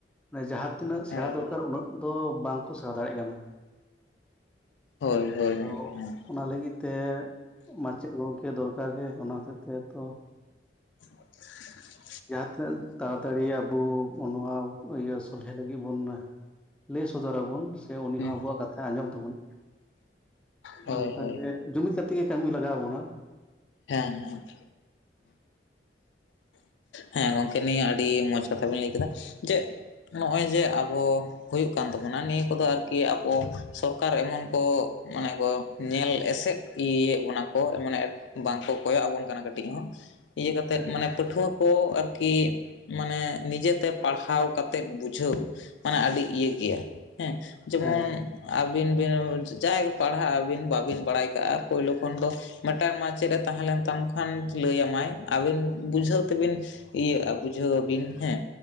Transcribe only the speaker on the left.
ᱦᱳᱭ
ᱦᱳᱭ
ᱦᱳᱭ ᱦᱳᱭ
ᱜᱚᱢᱠᱮ ᱦᱮᱸ
<inaudible>
ᱦᱩᱸ
ᱦᱳᱭ
ᱦᱳᱭ
ᱦᱮᱸ ᱦᱮᱸ ᱦᱮᱸ ᱜᱚᱝᱠᱮ ᱱᱤᱭᱟᱹ ᱟᱹᱰᱤ ᱢᱚᱡᱽ ᱠᱟᱛᱷᱟ ᱵᱮᱱ ᱞᱟᱹᱭ ᱠᱮᱫᱟ ᱡᱮ ᱱᱚᱜᱼᱚᱭ ᱡᱮ ᱟᱵᱚ ᱦᱩᱭᱩᱜ ᱠᱟᱱ ᱛᱟᱵᱚᱱᱟ ᱱᱤᱭᱟᱹ ᱠᱚᱫᱚ ᱟᱨᱠᱤ ᱟᱵᱚ ᱥᱚᱨᱠᱟᱨ ᱮᱢᱚᱱ ᱠᱚ ᱢᱟᱱᱮ ᱠᱚ ᱧᱮᱞ ᱮᱥᱮᱫ ᱤᱭᱟᱹᱭᱮᱫ ᱵᱚᱱᱟ ᱠᱚ ᱢᱟᱱᱮ ᱵᱟᱝ ᱠᱚ ᱠᱚᱭᱚᱜ ᱟᱵᱚᱱ ᱠᱟᱱᱟ ᱠᱟᱹᱴᱤᱡ ᱦᱚᱸ ᱤᱭᱟᱹ ᱠᱟᱛᱮᱫ
ᱢᱟᱱᱮ ᱯᱟᱹᱴᱷᱩᱣᱟᱹ ᱠᱚ ᱟᱨᱠᱤ ᱢᱟᱱᱮ ᱱᱤᱡᱮ ᱛᱮ ᱯᱟᱲᱦᱟᱣ ᱠᱟᱛᱮᱫ ᱵᱩᱡᱷᱟᱹᱣ ᱢᱟᱱᱮ ᱟᱹᱰᱤ ᱤᱭᱟᱹ ᱜᱮᱭᱟ ᱦᱮᱸ ᱡᱮᱢᱚᱱ
ᱟᱹᱵᱤᱱ ᱵᱤᱱ ᱡᱟᱦᱟᱸᱭ ᱯᱟᱲᱦᱟᱜ ᱟᱹᱵᱤᱱ ᱵᱟᱵᱤᱱ ᱵᱟᱲᱟᱭ ᱠᱟᱜᱼᱟ ᱯᱳᱭᱞᱳ ᱠᱷᱚᱱ ᱫᱚ ᱢᱤᱫᱴᱟᱝ ᱢᱟ ᱪᱮᱫ ᱮ ᱛᱟᱦᱮᱸ ᱞᱮᱱ ᱛᱟᱢ ᱠᱷᱟᱱ ᱞᱟᱹᱭ ᱟᱢᱟᱭ ᱟᱵᱤᱱ ᱵᱩᱡᱷᱟᱹᱣ
ᱛᱮᱵᱤᱱ ᱤᱭᱟᱹᱜᱼᱟ ᱵᱩᱡᱷᱟᱹᱣ ᱟᱵᱤᱱ ᱦᱮᱸ